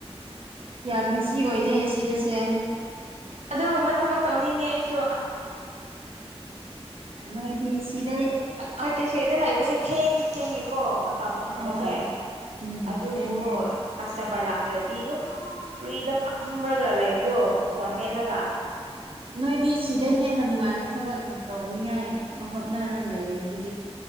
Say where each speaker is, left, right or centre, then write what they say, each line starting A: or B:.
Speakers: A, on the right; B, on the right.
A: ꯀꯌꯥ ꯕꯤꯖꯤ ꯑꯣꯏꯗꯦ ꯁꯤꯗꯥꯁꯦ
B: ꯑꯗꯨꯒꯨꯝꯕ ꯊꯕꯛ ꯇꯧꯅꯤꯡꯉꯦ ꯑꯩꯁꯨ
A: ꯅꯣꯏꯗꯤ ꯁꯤꯗꯩ
B: ꯍꫭꯏ ꯀꯦꯐꯦꯗ ꯂꯩꯕꯁꯦ ꯊꯦꯡꯗꯤ ꯊꯦꯡꯉꯦꯀꯣ ꯃꯇ ꯇꯝꯍꯟꯕꯁꯦ
A: ꯍꯣꯏ ꯎꯝ
B: ꯑꯗꯨꯕꯨ
A: ꯊꯦꯡꯉꯦ
B: ꯀꯁꯇꯃꯔ ꯂꯥꯛꯇ꯭ꯔꯗꯤ ꯑꯗꯨꯝ ꯐ꯭ꯔꯤꯗ ꯐꯝꯔꯒ ꯂꯩꯕꯗꯣ ꯐꯣꯟ ꯃꯦꯠꯂꯒ
A: ꯅꯣꯏꯗꯤ ꯁꯤꯗ ꯍꯦꯟꯅ ꯅꯨꯡꯉꯥꯏꯕ ꯊꯕꯛ ꯇꯧꯅꯤꯉꯥꯏ ꯍꯣꯠꯅꯔ ꯂꯩꯔ ꯗꯨꯗꯤ